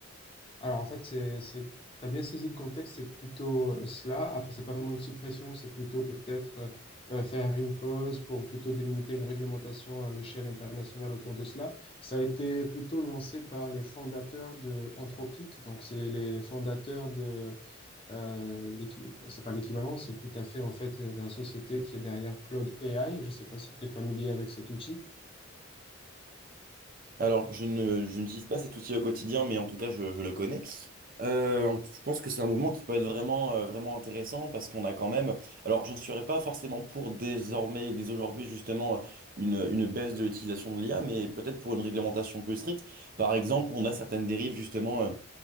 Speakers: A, on the left (about 25°); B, on the right (about 40°).
A: Alors en fait, c'est, c'est, t'as bien saisi le contexte, c'est plutôt euh, cela. Après, c'est pas vraiment une suppression, c'est plutôt peut-être euh, euh, faire une pause pour plutôt délimiter une réglementation à l'échelle internationale autour de cela. Ça a été plutôt lancé par les fondateurs de Anthropic, donc c'est les fondateurs de euh, l'équi- c'est pas l'équivalent, c'est tout à fait en fait la société qui est derrière Claude AI. Je sais pas si tu es familier avec cet outil.
B: Alors, je ne, je n'utilise pas cet outil au quotidien, mais en tout cas, je, je le connais. Euh, on- je pense que c'est un mouvement qui peut être vraiment, euh, vraiment intéressant parce qu'on a quand même, alors je ne serais pas forcément pour désormais, dès aujourd'hui justement, euh, une, une baisse de l'utilisation de l'IA, mais peut-être pour une réglementation plus stricte. Par exemple, on a certaines dérives justement euh,